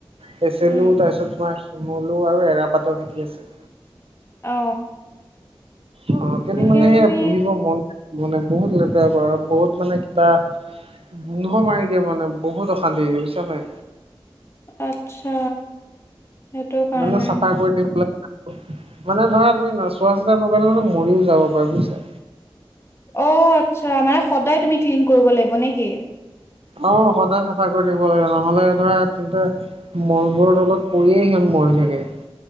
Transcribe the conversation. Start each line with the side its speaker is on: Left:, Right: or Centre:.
Right: কেচেলু
Left: উম।
Right: তাৰপিছত তোমাৰ শিমলু আৰু এৰাপাতৰ খেতি আছে।
Left: অ
Right: অ, কিন্তু
Left: সেইখিনি
Right: মানে সেই
Left: তুমি
Right: পুহিব মন মানে বহুত লেতেৰা কৰে বহুত মানে কিবা গোন্ধ মাৰি দিয়ে মানে বহুত অশান্তি। বিহুছা নাই।
Left: আচ্ছা। সেইটো কাৰণে
Right: মানে চাফা কৰি দিবলে মানে ধৰা তুমি চোৱা চিতা নকৰিলে মানে মৰিও যাব পাৰে বুইছা।
Left: অ, আচ্ছা মানে সদায় তুমি ক্লিন কৰিব লাগিব নে কি?
Right: অ সদায় চাফা কৰি থাকিব লাগে নহলে ধৰা তেন্তে মলবোৰ তলত পৰিয়েই সিহঁত মৰি থাকে।